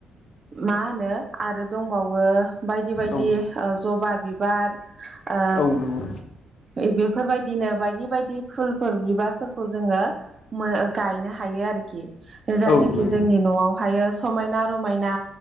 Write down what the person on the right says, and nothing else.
मा होनो आरो दंबावो बायदि बायदि
ओ जबा बिबार ओ
एदि बेफोरबायदिनो बायदि बायदि फुलफोर बिबारफोरखौ जोङो गायनो हायो आरोखि जायनाखि
जोंनि न'आवहायो समायना रमायना